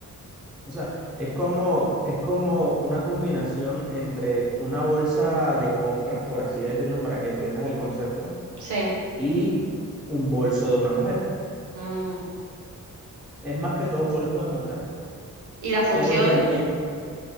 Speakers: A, in the centre; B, on the right.
A: O sea, es como, es como una combinación entre una bolsa de compras, por así decirlo, para que entiendas el concepto,
B: sí.
A: y un bolso de una mujer.
B: mm.
A: Es más que todo un bolso de mujer,
B: ¿Y la función?
A: pero en, en-